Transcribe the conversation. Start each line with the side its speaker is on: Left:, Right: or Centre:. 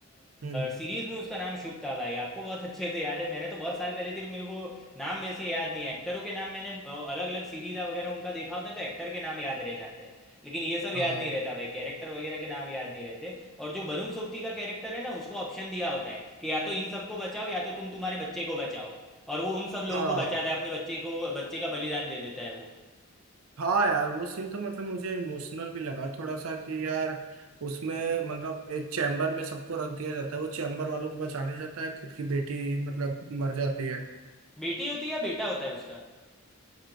Right: हम्म
Centre: सीरीज में उसका नाम शुभ था भाई आपको बहुत अच्छे से याद है मैंने तो बहुत साल पहले थी तो मेरे को नाम वैसे याद नहीं है एक्टरों के नाम मैंने अलग अलग सीरीज वगैरह उनका देखा होता है तो एक्टर के नाम याद रह जाते हैं लेकिन ये सब याद
Right: हाँ
Centre: नहीं रहता भाई कैरेक्टर वगैरह के नाम याद नहीं रहते और जो वरुण सोबती का कैरेक्टर है ना उसको ऑप्शन दिया होता है कि या तो इन सबको बचाओ या तो तुम तुम्हारे बच्चे को बचाओ और वो उन सब
Right: हाँ
Centre: लोगों को बचाता है अपने बच्चे को बच्चे का बलिदान दे देता है वो
Right: हाँ यार वो सीन तो मतलब मुझे इमोशनल भी लगा थोड़ा सा कि यार उसमें मतलब एक चैम्बर में सबको रख दिया जाता है वो चैम्बर वालों को बचाने जाता है खुद की बेटी मतलब मर जाती है
Centre: बेटी होती है या बेटा होता है उसका